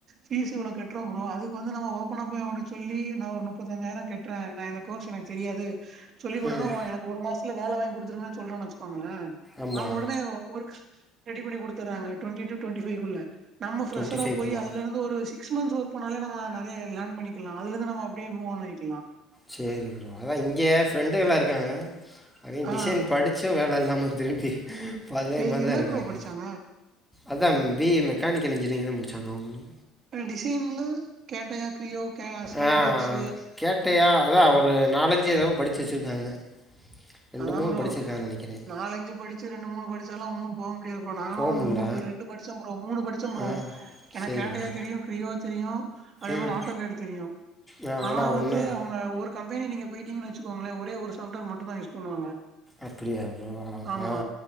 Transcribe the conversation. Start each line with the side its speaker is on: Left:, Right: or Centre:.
Right: பீஸ் இவ்வளோ கட்றோ ப்ரோ அதுகு வந்து நம்ம‌ ஓப்பனா போய் அவன்ட்ட சொல்லி நா ஒரு முப்பத்தஞ்சாயிரம் கட்றே நா என கோர்ஸ் எனக்கு தெரியாது சொல்லிக் கொடுங்க
Centre: ம்
Right: ஓ எனக்கு ஒரு மாசத்துல வேல வாங்கி குடுத்துருங்கன்னு சொல்றோன்னு வச்சுக்கோங்களே
Centre: ஆமாம்
Right: அவங்க ஒடனே ஒர்க் ரெடி பண்ணி குடுத்தறாங்க ட்வண்டி டூ ட்வெண்டி பைவ்குள்ள நம்ம ஃப்ஷரா
Centre: டுவெண்ட்டி ஃபைவ்க்குள்ளே
Right: போய் அதுல இருந்து இன்ன ஒரு சிக்ஸ் மன்ஸ் ஒர்க் பன்னாலே நிறைய லேன் பண்ணிக்கலாம் அதுல இருந்து நம்ம அடியே மூவ்ஆண் ஆயிக்கலா
Centre: சேரி ப்ரோ அதா இங்க ஏ ஃப்ரெண்டுகல்லா இருக்காங்க நறைய
Right: ஆ
Centre: டிசைன் படிச்சும் வேலை இல்லாமல் திரும்பி பழயமாரி
Right: எ என்ன
Centre: தா இருக்காங்க
Right: ப்ரோ படிச்சாங்க?
Centre: அதா பி ஈ மெக்கானிக்கல் இன்ஜினியரிங் தா முடிச்சாங்க அவுங்களூ
Right: டிசைன்லா கேட்டையா க்ரியோ கே சாலிட்
Centre: ஆ
Right: ஆப்ஸ
Centre: கேட்டையா அதான் ஒரு நாலஞ்சு தவ படிச்சு வச்சுருக்காங்க ரெண்டு
Right: அதா
Centre: மூணு
Right: ப்ரோ
Centre: படிச்சிருக்காங்கன்னு நினைக்கிறேன்
Right: நாலஞ்சு படிச்சு ரெண்டு மூனு படிச்சாலூ ஒன்னு போ முடியா ப்ரோ நானும்
Centre: போக முடில
Right: மூனு ரெண்டு படிச்சோம் ப்ரோ மூனு படிச்சோம் ப்ரோ
Centre: ஆ
Right: எனக்கு
Centre: சரி
Right: கேட்டையா
Centre: ப்ரோ
Right: தெரியும் கிரீயோ தெரியும் அதே
Centre: ம்
Right: மாரி ஆட்டோ கேடு தெரியும்
Centre: ஆ
Right: ஆனா
Centre: ஆனால்
Right: வந்து
Centre: ஒன்றும்
Right: அவுங்க ஒருக் கம்பேனி நீங்க போயிட்டீங்க வச்சுக்கோங்களே ஒரே ஒரு சாப்ட்வைர் மட்டுந் தான்யூஸ் பண்ணுவாங்க
Centre: அப்டியாக்கு
Right: ஆமா
Centre: ஆ